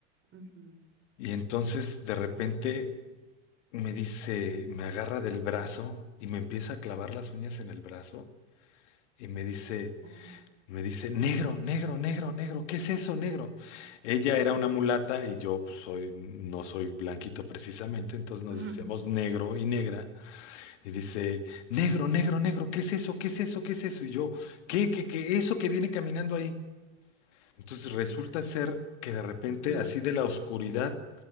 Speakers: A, on the right; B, on the left.
A: ujú,
B: Y entonces de repente me dice, me agarra del brazo y me empieza a clavar las uñas en el brazo y me dice,
A: ujú,
B: Me dice, negro, negro, negro, negro, ¿qué es eso, negro? Ella era una mulata y yo pues, soy, no soy blanquito precisamente, entonces nos
A: ujú.
B: decíamos negro y negra. Y dice, negro, negro, negro, ¿qué es eso? ¿Qué es eso? ¿Qué es eso? Y yo, ¿qué, qué, qué? Eso que viene caminando ahí. Entonces resulta ser que de repente,
A: Ujú,
B: así de la oscuridad